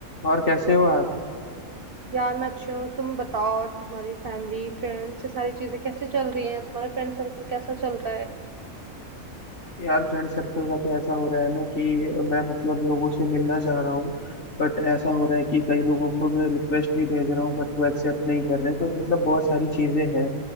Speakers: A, on the left; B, on the right.
A: और कैसे हो आप
B: यार मैं अच्छी हूँ तुम बताओ तुम्हारी फैमिली फ्रेंड्स ये सारी चीजें कैसे चल रही हैं तुम्हारा फ्रेंड सर्कल कैसा चल रहा है
A: यार फ्रेंड सर्कल का तो ऐसा हो रहा है ना कि मैं मतलब लोगों से मिलना चाह रहा हूँ बट ऐसा हो रहा है कि कई लोगों को मैं रिक्वेस्ट भी भेज रहा हूँ बट वो एक्सेप्ट नहीं कर रहे तो मतलब बहुत सारी चीजें हैं